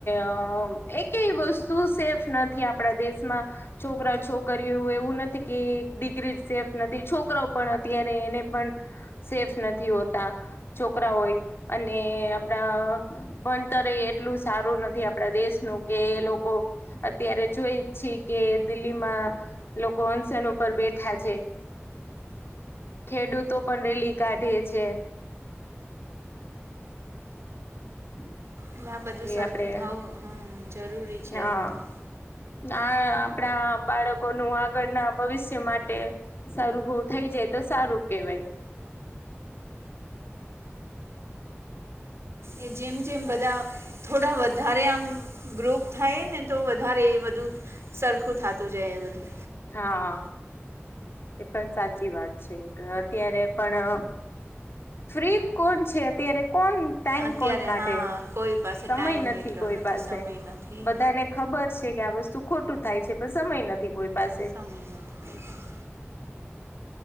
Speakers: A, on the left; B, on the right.
A: અહ એકેય વસ્તુ સેફ નથી આપણા દેશમાં. છોકરા છોકરીયું એવું નથી કે એક દીકરી સેફ નથી, છોકરાઓ પણ અત્યારે એને પણ સેફ નથી હોતા છોકરાઓય. અને પણા ભણતરે એટલું સારું નથી આપડા દેશનું કે લોકો અત્યારે જોઈ જ છી કે દિલ્હીમાં એ લોકો અનશન ઉપર બેઠા છે. ખેડૂતો પણ રેલી કાઢે છે. <inaudible>
B: એટલે આ બધું
A: કે
B: સરખું
A: આપડે
B: થાવું, હમ્મ જરૂરી છે
A: હા
B: આ બધું.
A: આ આપણા બાળકોનું આગળના ભવિષ્ય માટે સરખું થઈ જાય તો સારું કેવાય.
B: એ જેમ-જેમ બધા થોડા વધારે આમ ગ્રુપ થાય ને તો વધારે બધું સરખું થતું જાય એ બધું.
A: હા એ પણ સાચી વાત છે અત્યારે પણ ફ્રી કોણ છે અત્યારે કોણ ટાઈમ
B: અત્યારે
A: કોણ કાઢે
B: હા કોઈ પાસે
A: સમય
B: ટાઈમ
A: નથી
B: એટલો
A: કોઈ
B: નથી
A: પાસે
B: સમય નથી
A: બધાને ખબર છે કે આ વસ્તુ ખોટું થાય છે પણ સમય નથી કોઈ પાસે
B: સમય નથી કોઈ પાસે